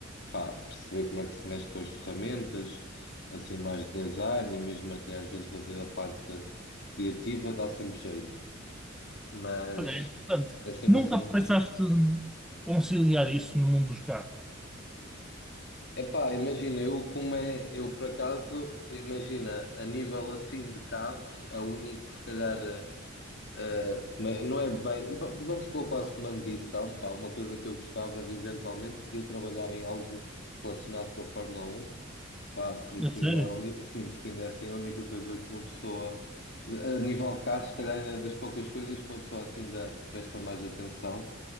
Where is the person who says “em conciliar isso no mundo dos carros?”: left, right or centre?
Centre